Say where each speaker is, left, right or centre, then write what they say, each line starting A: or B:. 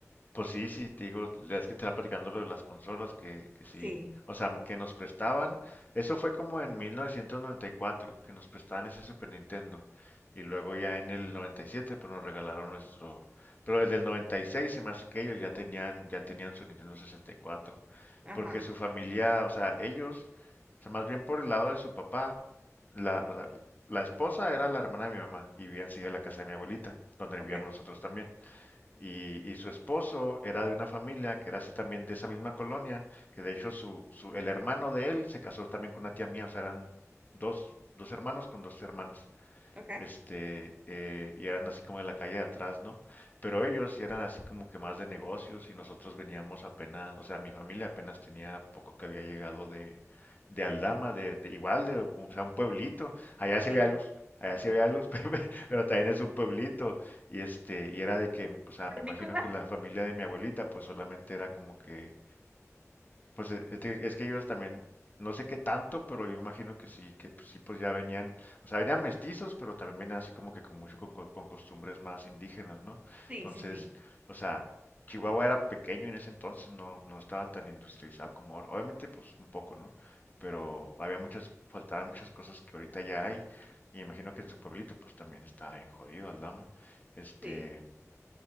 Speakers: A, on the left; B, on the right.
A: Pues sí, sí, te digo, la vez que te estaba platicando lo de las consolas, que, que sí,
B: sí,
A: o sea, que nos prestaban, eso fue como en 1994, que nos prestaban ese Super Nintendo, y luego ya en el 97, pues nos regalaron nuestro, pero desde el 96 se me hace que ellos ya tenían, ya tenían su Nintendo 64,
B: ajá,
A: porque su familia, o sea, ellos, o sea, más bien por el lado de su papá, la, o sea, la esposa era la hermana de mi mamá, y vivían sí en la casa de mi abuelita, donde
B: ok,
A: vivíamos nosotros también. Y, y su esposo era de una familia que era así también de esa misma colonia, que de hecho su, su, el hermano de él se casó también con una tía mía, o sea, eran dos, dos hermanos con dos hermanas
B: ok,
A: este, eh, y eran así como en la calle de atrás, ¿no? Pero ellos sí eran así como que más de negocios y nosotros veníamos apenas, o sea, mi familia apenas tenía poco que había llegado de, de Aldama, de, de igual, de, o sea, un pueblito, allá se
B: sí.
A: veía luz. Allá se veía luz, <laughs> pero pero también es un pueblito. Y este, y era de que, o sea, me imagino
B: Nicolás,
A: que la familia de mi abuelita, pues solamente era como que, pues e- es que, es que ellos también, no sé qué tanto, pero yo imagino que sí, que sí, pues ya venían, o sea, venían mestizos, pero también venían así como que con mucho co- co- con, costumbres más indígenas, ¿no?
B: sí,
A: Entonces,
B: sí, sí,
A: o sea, Chihuahua era pequeño en ese entonces, no, no estaba tan industrializado como ahora. Obviamente, pues un poco, ¿no? Pero había muchas, faltaban muchas cosas que ahorita ya hay, y imagino que en su pueblito, pues también está bien jodido Aldama. Este,
B: sí.